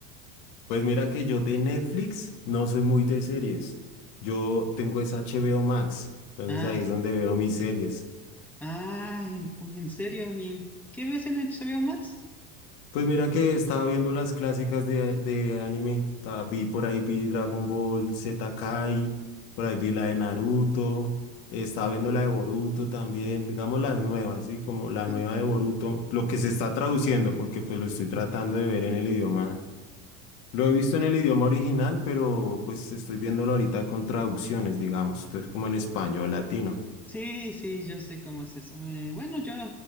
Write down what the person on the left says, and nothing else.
Pues mira que yo de Netflix no soy muy de series. Yo tengo esa HBO Max, entonces
ahí es donde veo mis series.
Pues mira que estaba viendo las clásicas de, de anime. ta- Vi por ahí vi Dragon Ball Z Kai, por ahí vi la de Naruto, estaba viendo la de Boruto también, digamos las nuevas, ¿sí? Como la
nueva
de Boruto, lo que se está traduciendo, porque pues lo estoy tratando de ver en el idioma. Lo he visto en el idioma original, pero pues estoy viéndolo ahorita con traducciones, digamos. Entonces, como en español, latino.